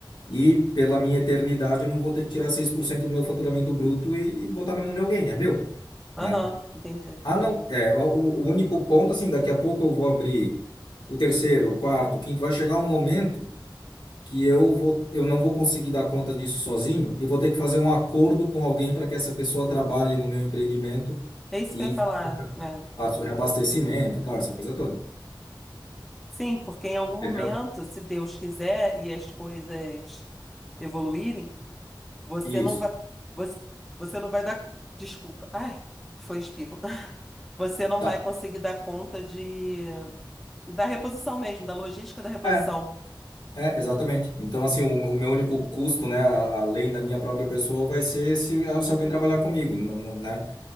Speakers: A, on the left; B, in the centre.
A: e pela minha eternidade eu não vou ter que tirar 6% do meu faturamento bruto e, e botar na mão de alguém, é meu,
B: Aham,
A: né?
B: entendi.
A: Ah, não, é, o, o único ponto, assim, daqui a pouco eu vou abrir o terceiro, o quarto, o quinto, vai chegar um momento que eu vou, eu não vou conseguir dar conta disso sozinho e vou ter que fazer um acordo com alguém para que essa pessoa trabalhe no meu empreendimento
B: É isso
A: e
B: que eu ia falar,
A: fa-
B: né?
A: faça o reabastecimento, tal, essa coisa toda,
B: Sim, porque em algum momento,
A: entendeu?
B: se Deus quiser e as coisas evoluírem, Você
A: Isso,
B: não vai. Você, você não vai dar. Desculpa. Ai, foi um espirro. <laughs> Você não
A: tá.
B: vai conseguir dar conta de da reposição mesmo, da logística da reposição.
A: É, é, exatamente. Então, assim, o, o meu único custo, né, a- além da minha própria pessoa, vai ser se, se alguém trabalhar comigo, não, não, né?